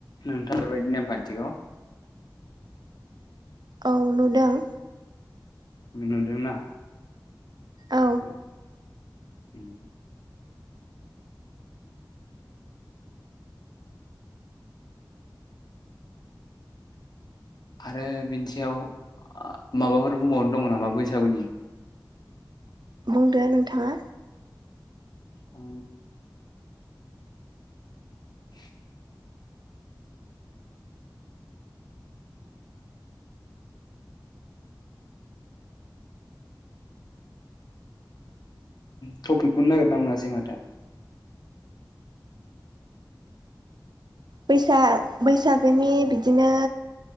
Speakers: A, on the left; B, on the right.
A: नोंथां <inaudible> बेफोरबायदि नेमखान्थिखौ
B: औ नुदों।
A: नुदोंना <unintelligible>
B: औ
A: आरो बिनि सायाव माबाफोर बुंबावनो दङ नामा बैसागुनि।
B: बुंदो नोंथाङा।
A: ओ। <inaudible> थपिगखौनो नागिना मोनासै माथो।
B: बैसा बैसागोनि बिदिनो।